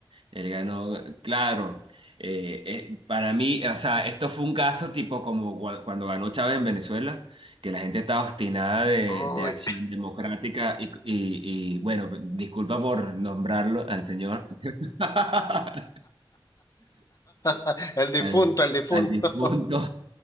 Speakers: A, on the right; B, on the left.
A: Él ganó, claro. eh, eh, para mí, o sea, esto fue un caso tipo como gua- cuando ganó Chávez en Venezuela, que la gente estaba obstinada de,
B: ¡Ay!
A: de acción democrática y, y, y, bueno, disculpa por nombrarlo al señor, <laughs>
B: <laughs> el difunto,
A: al,
B: el difunto.
A: al difunto.